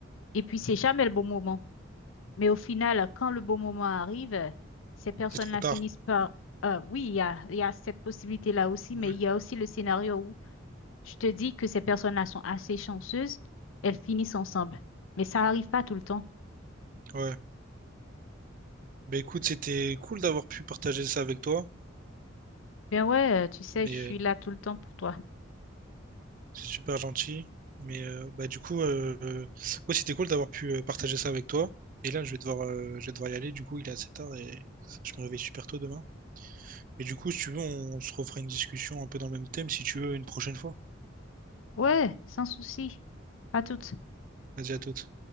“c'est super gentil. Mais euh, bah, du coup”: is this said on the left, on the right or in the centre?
Right